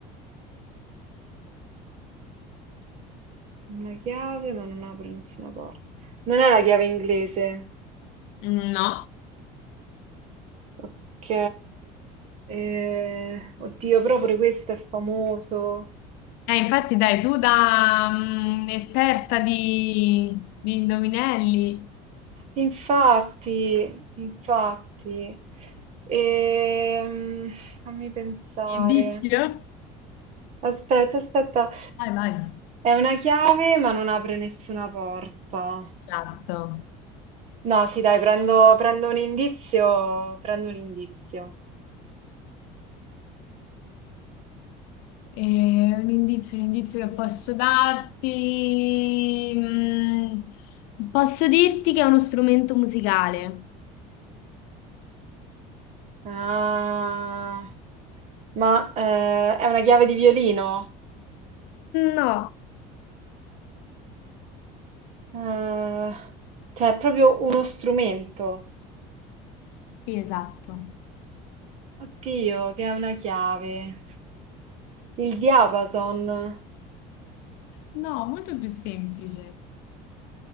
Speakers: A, on the right; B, on the left.
A: Una chiave, ma non apre nessuna porta. Non è la chiave inglese.
B: No,
A: Ok. eh, oddio, però pure questo è famoso.
B: Eh, infatti, dai, tu da mm, esperta di, di indovinelli,
A: Infatti, infatti, Ehm, fammi pensare.
B: indizio?
A: Aspetta, aspetta,
B: vai, vai.
A: è una chiave ma non apre nessuna porta.
B: Esatto.
A: No, sì, dai, prendo, prendo un indizio, prendo un indizio.
B: Eh, un indizio, un indizio che posso darti. mm, Posso dirti che è uno strumento musicale?
A: Ah, ma eh, è una chiave di violino?
B: no,
A: Eh, cioè, è proprio uno strumento.
B: Sì, esatto.
A: Oddio, che è una chiave. Il diapason.
B: no, molto più semplice.